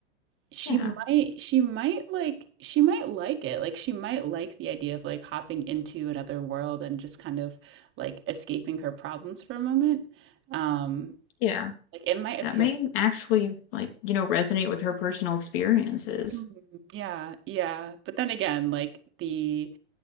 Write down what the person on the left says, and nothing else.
yeah,
yeah.
That may actually, like, you know, resonate with her personal experiences.